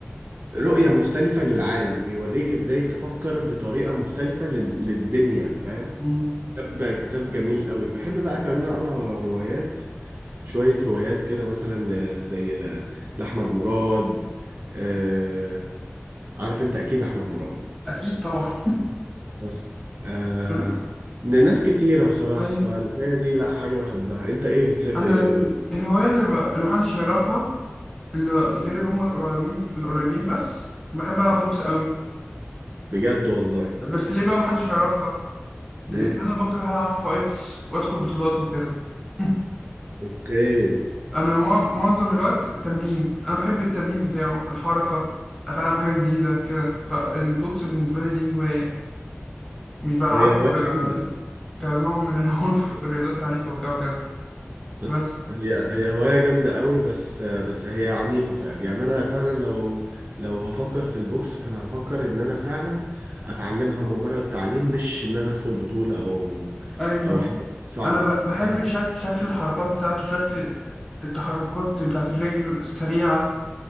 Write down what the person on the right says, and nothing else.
رؤية مختلفة للعالم بيوريك ازاي تفكر بطريقة مختلفة لل- للدنيا فاهم
كتاب كتاب جميل قوي بحب بقى كمان أقرأ روايات شوية روايات كده مثلا ل- زي ل- لأحمد مراد آه عارف أنت أكيد أحمد مراد
بس آه
لناس كتيرة بصراحة
فالقراية دي لأ حاجة بحبها أنت إيه بتحب
إيه
قول
بجد والله
إيه
أوكي
ما هي هواية
جامدة
بس
هي هي هواية جامدة قوي بس بس هي عنيفة فعلا يعني أنا فعلا لو لو هفكر في البوكس فأنا هفكر إن أنا فعلا أتعلمها مجرد تعليم مش إن أنا أدخل بطولة أو
أو حاجة صعبة
صعبة